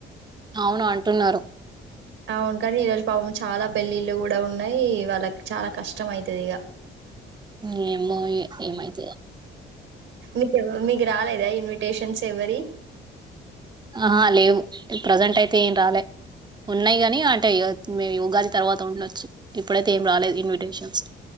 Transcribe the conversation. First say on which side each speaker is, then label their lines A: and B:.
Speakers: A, on the right; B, on the right.
A: అవును అంటున్నారు
B: అవును కానీ ఈరోజు పాపం చాలా పెళ్ళిళ్ళు కూడా ఉన్నాయి వాళ్ళకి చాలా కష్టం అయితది ఇగా
A: ఏమో ఇగ ఏమైతదో
B: మీకు మీకు రాలేదా ఇన్విటేషన్స్ ఎవ్వరియి
A: ఆహా లేవు ప్రజెంట్ అయితే ఏం రాలే ఉన్నాయి కాని అంటే మే ఉగాది తర్వాత ఉండొచ్చు ఇప్పుడైతే ఏం రాలేదు ఇన్విటేషన్స్